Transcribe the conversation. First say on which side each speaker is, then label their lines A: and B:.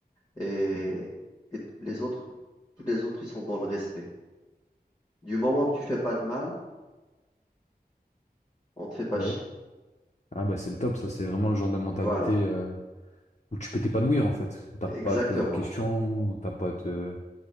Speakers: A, on the left; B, on the left.
A: Et, et les autres, tous les autres, ils sont dans le respect. Du moment que tu fais pas de mal, on te fait pas
B: Ouais.
A: chier.
B: Ah bah c'est le top, ça c'est vraiment le genre de mentalité
A: Voilà,
B: euh, où tu peux t'épanouir en fait. Où T'as
A: exactement.
B: pas à te poser de questions, où t'as pas à te,